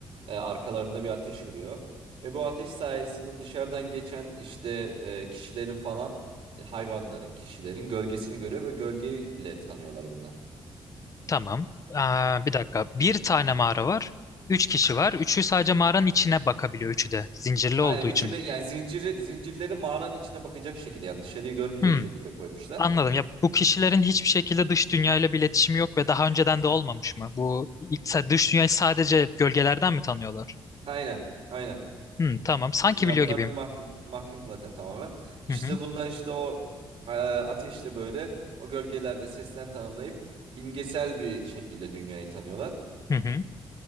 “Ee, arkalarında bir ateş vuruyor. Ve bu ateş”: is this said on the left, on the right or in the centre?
Right